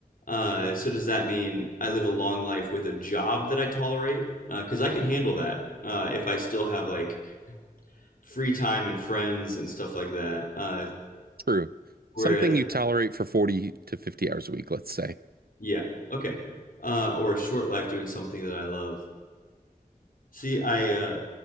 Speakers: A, on the left (about 65°); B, on the right (about 75°).
A: Uh, so does that mean I live a long life with a job that I tolerate? Uh, because I can handle that uh, if I still have like free time and friends and stuff like that. Uh,
B: true.
A: whereas,
B: Something you tolerate for 40 to 50 hours a week, let's say.
A: yeah, okay. Uh, or a short life doing something that I love. See, I uh,